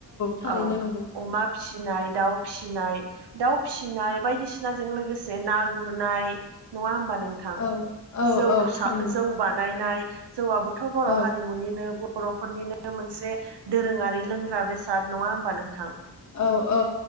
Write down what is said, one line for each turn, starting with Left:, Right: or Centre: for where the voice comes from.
Left: थारैनो
Right: औ
Left: नंगौ
Right: अमा फिसिनाय दाउ फिसिनाय दाउ फिसिनाय बायदिसिनाजों लोगोसे ना गुरनाय नङा होमबा नोंथां?
Left: औ औ
Right: जौ
Left: औ
Right: सा,
Left: थारैनो
Right: जौ बानो नायनाय जौआबोथ' बर'
Left: औ
Right: हारिमुनिनो बर'फोरनिनो मोनसे दोरोङारि लोंग्रा बेसाद नङा होमबा नोंथां?
Left: औ औ